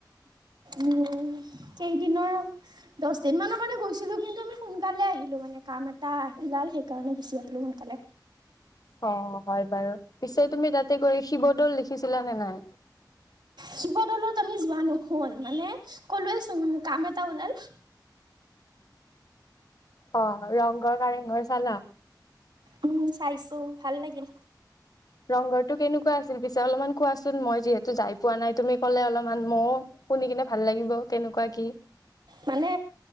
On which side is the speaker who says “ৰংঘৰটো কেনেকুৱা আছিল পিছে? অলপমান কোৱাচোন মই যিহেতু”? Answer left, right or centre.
Left